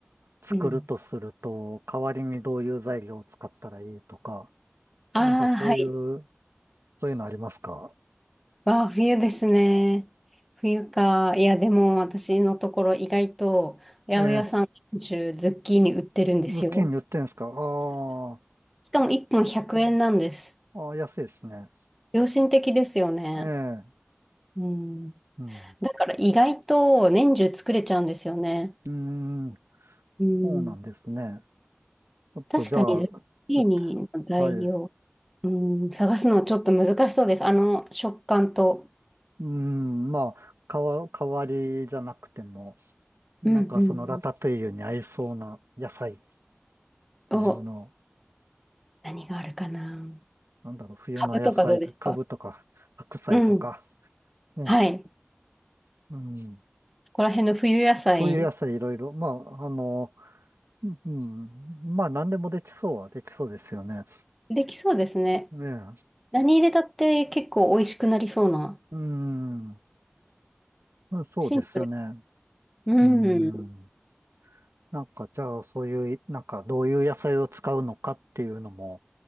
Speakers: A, on the right; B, in the centre.
A: 作るとすると、
B: うん。
A: 代わりにどういう材料を使ったらいいとか、
B: ああ、
A: なんかそういう、
B: はい。
A: そういうのありますか
B: わあ、冬ですね。冬か。いや、でも私のところ意外と八百屋さん中ズッキーニ売ってるんですよ。
A: ええズッキーニ売ってんですかあー
B: しかも1本100円なんです。
A: あー、安いですね。
B: 良心的ですよね。
A: ええ
B: うん。
A: うん。
B: だから意外と年中作れちゃうんですよね。
A: うーん、
B: うん。
A: そうなんですね。ちょっとじゃあ、
B: 確かにズッキーニの材料、
A: ちょっとはい。う
B: うん、探すのちょっと難しそうです。あの食感と。
A: ーん、まあ、かわ、代わりじゃなくても、なんかそのラタトゥイユに合いそうな野菜っ
B: うんうんうん。
A: ていうのを、
B: お、何があるかな。
A: なんだろう、冬の野菜、
B: カブとかどうですか
A: カブとか、白菜とか、
B: うん。
A: ね、
B: はい。
A: うん、
B: そこら辺の冬野菜、
A: 冬野菜いろいろ、まあ、あの、うん、まあ、何でもできそうはできそうですよね。
B: できそうですね。
A: ねえ、
B: 何入れたって結構美味しくなりそうな。
A: うん、そうですよね。
B: シンプル。うん。
A: うんなんか、じゃあ、そういう、なんか、どういう野菜を使うのかっていうのも、